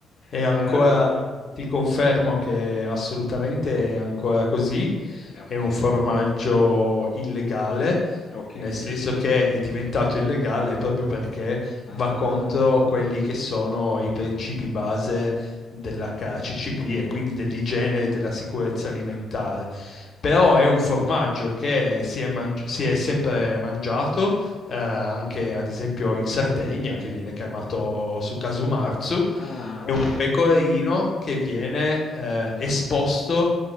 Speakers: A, on the left; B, on the left.
A: è ancora,
B: Eh,
A: ti confermo che assolutamente è ancora così,
B: ok,
A: è un formaggio illegale
B: ok.
A: Nel senso che è diventato illegale proprio perché
B: Ah,
A: va contro quelli che sono i principi base dell'HACCP e quindi dell'igiene e della sicurezza
B: ecco,
A: alimentare.
B: ok.
A: Però è un formaggio che si è, mangi- si è sempre mangiato, eh, anche ad esempio in Sardegna, che viene chiamato su casumarzu,
B: Ah,
A: è
B: ok.
A: un pecorino che viene eh, esposto